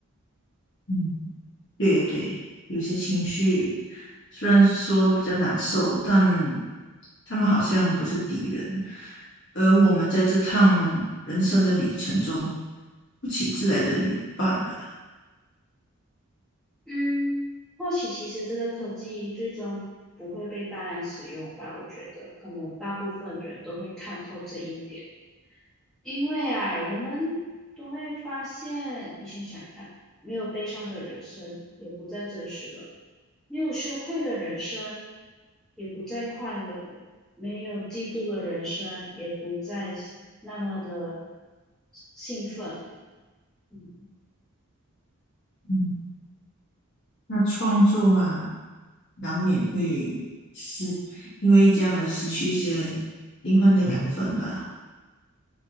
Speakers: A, on the left (about 50°); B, in the centre.
A: 嗯，对对，有些情绪虽然说比较难受，但他们好像不是敌人，而我们在这趟人生的旅程中，不请自来的旅伴吧。
B: 嗯，或许其实这个科技最终不会被大量使用吧，我觉得可能大部分人都会看透这一点，因为啊，人们都会发现，你想想看，没有悲伤的人生也不再真实了，没有羞愧的人生也不再快乐了，没有嫉妒的人生也不再那么的兴奋了，嗯
A: 嗯那创作嘛，难免会失，因为这样而失去一些灵魂的养分吧。